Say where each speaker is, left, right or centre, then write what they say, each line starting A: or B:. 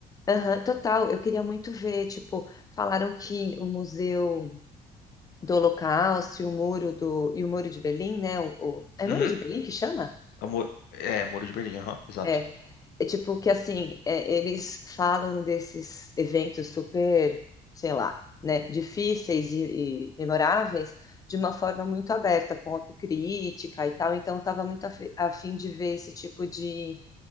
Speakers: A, on the left; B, on the left.
A: Aham, total. Eu queria muito ver, tipo, falaram que o Museu do Holocausto e o Muro do e o Muro de Berlim, né? O, o- é
B: Uhum.
A: Muro de Berlim que chama?
B: Amor, é, Muro de Berlim, aham, exato.
A: É. É tipo que assim, é, eles falam desses eventos super, sei lá, né, difíceis e, e memoráveis de uma forma muito aberta, com autocrítica e tal. Então, eu estava muito a, a fim de ver esse tipo de